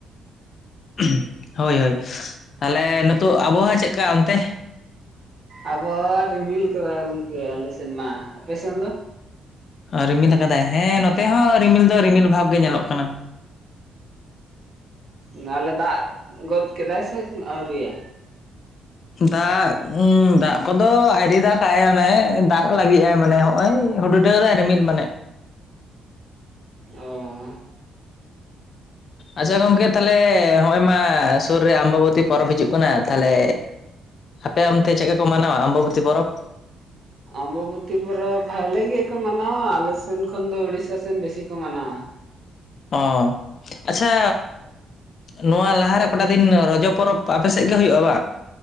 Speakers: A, on the left; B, on the right.
A: ᱩᱸᱦ ᱦᱳᱭ ᱦᱳᱭ ᱛᱟᱞᱦᱮ ᱱᱤᱛᱳᱜ ᱟᱵᱚᱦᱟᱣᱟ ᱪᱮᱜᱠᱟ ᱚᱱᱛᱮ?
B: ᱟᱵᱚᱦᱟᱣᱟ ᱨᱤᱢᱤᱞ ᱠᱟᱫᱟᱭ ᱜᱚᱝᱠᱮ ᱟᱞᱮ ᱥᱮᱱ ᱢᱟ ᱟᱯᱮ ᱥᱮᱱ ᱫᱚ?
A: ᱨᱤᱢᱤᱞ ᱟᱠᱟᱫᱟᱭ ᱦᱮᱸ ᱱᱚᱛᱮ ᱦᱚᱸ ᱨᱤᱢᱤᱞ ᱫᱚ ᱨᱤᱢᱤᱞ ᱵᱷᱟᱵ ᱜᱮ ᱧᱮᱞᱚᱜ ᱠᱟᱱᱟ
B: ᱩᱸ ᱛᱟᱦᱞᱮ ᱫᱟᱜ ᱜᱚᱫ ᱠᱮᱫᱟᱭ ᱥᱮ ᱟᱹᱣᱨᱤᱭᱟ?
A: ᱫᱟᱜ ᱫᱟᱜ ᱠᱚ ᱫᱚ ᱟᱭᱨᱤ ᱫᱟᱜᱟᱭ ᱚᱱᱮ ᱫᱟᱜ ᱞᱟᱹᱜᱤᱫ ᱟᱭ ᱢᱟᱱᱮ ᱦᱚᱜᱼ ᱚᱭ ᱼᱼ ᱦᱩᱰ ᱦᱩᱰᱟᱹᱣ ᱫᱟᱭ ᱨᱤᱢᱤᱞ ᱢᱟᱱᱮᱼᱼ
B: ᱚᱻ
A: ᱟᱪᱪᱷᱟ ᱜᱚᱝᱠᱮ ᱛᱟᱦᱞᱮ ᱱᱚᱜᱼᱚᱭ ᱢᱟ ᱥᱩᱨ ᱨᱮ ᱟᱸᱢᱵᱟᱵᱚᱛᱤ ᱯᱚᱨᱚᱵᱽ ᱦᱤᱡᱩᱜ ᱠᱟᱱᱟ ᱛᱟᱦᱞᱮᱼᱼ ᱟᱯᱮ ᱚᱱᱛᱮ ᱪᱮᱫ ᱠᱟ ᱠᱚ ᱢᱟᱱᱟᱣᱟ ᱟᱸᱢᱵᱚᱵᱚᱛᱤ ᱯᱚᱨᱚᱵᱽ?
B: ᱟᱸᱢᱵᱟᱵᱚᱛᱤ ᱯᱩᱨᱚᱵᱽ ᱵᱷᱟᱞᱮ ᱜᱮᱠᱚ ᱢᱟᱱᱟᱣᱟ ᱟᱞᱮ ᱥᱮᱱ ᱠᱷᱚᱱ ᱫᱚ ᱩᱲᱤᱥᱥᱟ ᱥᱮᱱ ᱵᱮᱥᱤ ᱠᱚ ᱢᱟᱱᱟᱣᱟ᱾
A: ᱚ ᱟᱪᱪᱷᱟ ᱱᱚᱣᱟ ᱞᱟᱦᱟ ᱨᱮ ᱠᱚᱴᱟ ᱫᱤᱱ ᱨᱚᱡᱚ ᱯᱚᱨᱚᱵᱽᱼᱼ ᱚ ᱟᱯᱮ ᱥᱮᱫ ᱜᱮ ᱦᱩᱭᱩᱜᱼᱟ ᱵᱟ?